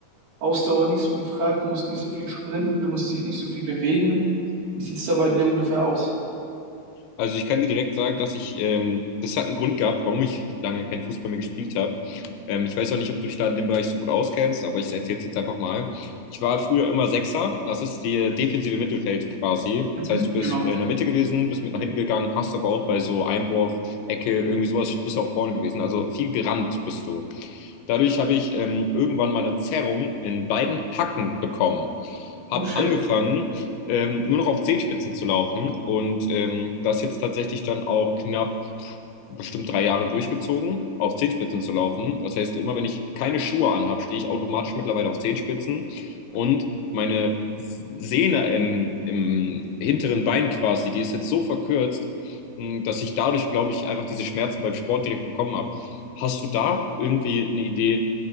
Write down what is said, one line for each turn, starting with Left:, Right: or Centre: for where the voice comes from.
Right: Ausdauer nicht so gefragt, du musst nicht so viel sprinten, du musst dich nicht so viel bewegen. Wie sieht's da bei dir ungefähr aus?
Left: Also ich kann dir direkt sagen, dass ich, ähm, das hat einen Grund gehabt, warum ich lange keinen Fußball mehr gespielt habe. Ähm, ich weiß auch nicht, ob du dich da in dem Bereich so gut auskennst, aber ich erzähle es jetzt einfach mal. Ich war früher immer Sechser, das ist die defensive Mittelfeld quasi.
Right: Mhm,
Left: Das heißt, du
Right: genau.
Left: bist in der Mitte gewesen, bist mit nach hinten gegangen, hast aber auch bei so Einwurf, Ecke, irgendwie sowas, bist auch vorne gewesen. Also viel gerannt bist du. Dadurch habe ich ähm, irgendwann mal eine Zerrung in beiden Hacken bekommen.
Right: Oh
Left: Hab
Right: shit.
Left: angefangen, ähm, nur noch auf Zehenspitzen zu laufen und ähm, das jetzt tatsächlich dann auch knapp bestimmt drei Jahre durchgezogen, auf Zehenspitzen zu laufen. Das heißt, immer wenn ich keine Schuhe anhabe, stehe ich automatisch mittlerweile auf Zehenspitzen und meine Sehne im, im hinteren Bein quasi, die ist jetzt so verkürzt, hm, dass ich dadurch, glaube ich, einfach diese Schmerzen beim Sport direkt bekommen habe. Hast du da irgendwie eine Idee,